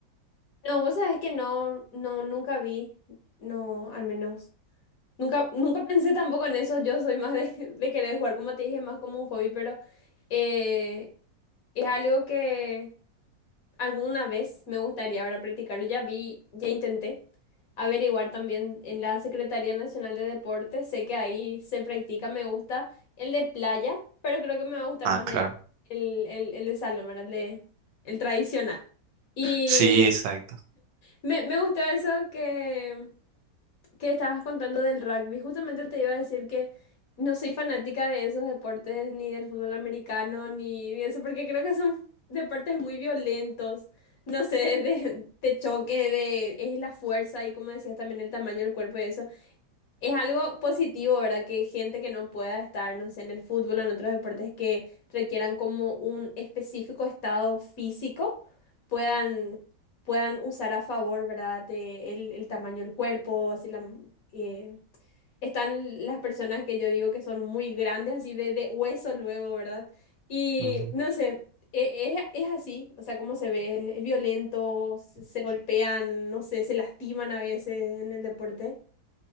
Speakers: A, on the left; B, on the right.
A: No, vos sabés que no, no, nunca vi, no, al menos. Nunca, nunca pensé tampoco en eso, yo soy más de, <laughs> de querer jugar, como te dije, más como un hobby, pero eh, es algo que... Alguna vez me gustaría ahora practicarlo. Ya vi, ya intenté averiguar también en la Secretaría Nacional de Deportes. Sé que ahí se practica, me gusta el de playa, pero creo que me va a gustar
B: Ah,
A: más
B: claro.
A: el, el, el, el de salón, ¿verdad? El de, el tradicional. Y
B: Sí, exacto.
A: me, me gustó eso que que estabas contando del rugby, justamente te iba a decir que no soy fanática de esos deportes, ni del fútbol americano, ni de eso, porque creo que son deportes muy violentos. No sé, de, de choque, de es la fuerza y como decías también el tamaño del cuerpo y eso. Es algo positivo, ¿verdad? Que gente que no pueda estar, no sé, en el fútbol o en otros deportes que requieran como un específico estado físico, puedan, puedan usar a favor, ¿verdad? De el, el tamaño del cuerpo, así la... eh, están las personas que yo digo que son muy grandes, así de, de hueso luego, ¿verdad? Y
B: Ujú.
A: no sé, e- es, es así, o sea, como se ve, es violento, se se golpean, no sé, se lastiman a veces en el deporte.